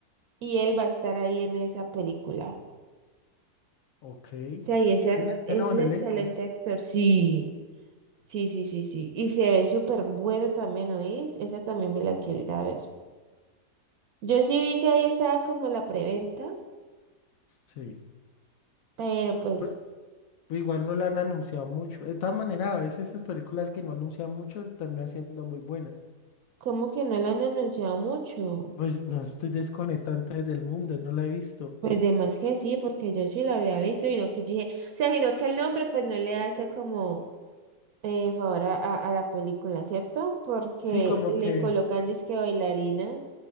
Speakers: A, on the right; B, on the left.
A: Y él va a estar ahí en esa película.
B: Ok,
A: O sea, y ese ac-
B: Tiene,
A: es
B: tiene buen
A: un excelente
B: elenco.
A: actor. Sí, sí, sí, sí, sí. Y se ve súper bueno también, ¿oís? Esa también me la quiero ir a ver. Yo sí vi que ahí estaba como la preventa,
B: sí.
A: pero pues,
B: Pero pero igual no la han anunciado mucho. De todas maneras, a veces esas películas que no anuncian mucho terminan siendo muy buenas.
A: como que no la han anunciado mucho.
B: Pues no estoy desconectante del mundo, no la he visto.
A: Pues de más que sí, porque yo sí la había visto, y no que yo dije, o sea, sino que el nombre pues no le hace como eh, favor a, a- a la película, ¿cierto? Porque
B: Sí, como
A: le
B: que,
A: colocan disque bailarina.